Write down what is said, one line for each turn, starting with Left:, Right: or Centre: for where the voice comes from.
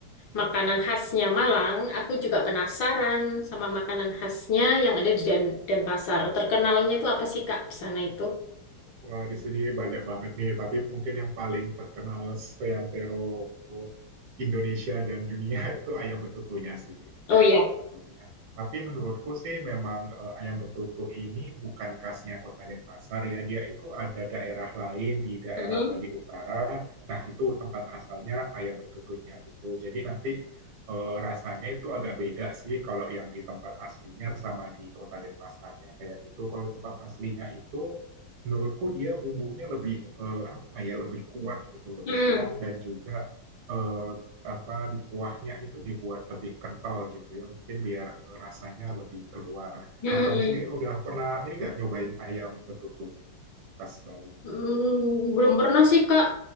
Left: makanan khasnya Malang, aku juga penasaran sama makanan khasnya yang ada di Dan- Denpasar. Terkenalnya itu apa sih Kak di sana itu?
Right: Wah, di sini banyak banget nih, tapi mungkin yang paling terkenal seantero Indonesia dan dunia <laughs> itu ayam betutunya sih, iya,
Left: Oh iya.
Right: ayam betutunya. Tapi menurutku sih memang eh, ayam betutu ini bukan khasnya Kota Denpasar ya, dia itu ada daerah lain di daerah
Left: Mm-mm.
Right: Bali Utara. Nah, itu tempat asalnya ayam betutunya gitu. Jadi nanti eh, rasanya itu agak beda sih kalau yang di tempat aslinya sama di Kota Denpasarnya kayak gitu. Kalau tempat aslinya itu menurutku dia bumbunya lebih eh, apa ya lebih kuat gitu lebih
Left: Mm-mm.
Right: strong dan juga eh, apa di kuahnya itu dibuat lebih kental gitu ya mungkin biar eh, rasanya lebih keluar.
Left: Mm-mm.
Right: Nah kamu sendiri udah pernah ini nggak nyobain ayam betutu gitu khas Bali?
Left: Mm, belum pernah sih Kak,